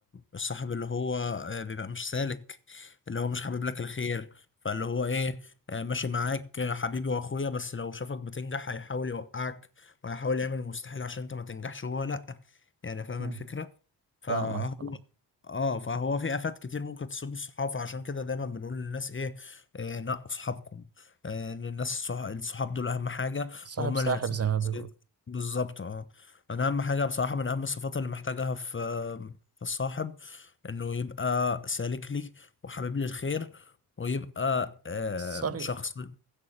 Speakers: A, on the left (about 30°); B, on the right (about 35°).
A: الصاحب اللي هو آه، بيبقى مش سالك اللي هو مش حابب لك الخير فاللي هو ايه آه، ماشي معاك آه، حبيبي واخويا بس لو شافك بتنجح هيحاول يوقعك وهيحاول يعمل المستحيل عشان انت ما تنجحش وهو لا يعني فاهم
B: مم.
A: الفكرة فهو
B: فاهمك فاهمك
A: اه فهو في افات كتير ممكن تصيب الصحاب فعشان كده دايما بنقول للناس ايه, آه نقوا صحابكم آه للناس الصح... الصحاب دول اهم حاجه
B: صاحب
A: وهم
B: ساحب
A: اللي هيرسموا
B: زي ما بيقول
A: شخصيتك بالظبط اه انا اهم حاجه بصراحه من اهم الصفات اللي محتاجها في في الصاحب انه يبقى سالك لي وحبيب لي الخير ويبقى آه
B: صريح
A: شخص اه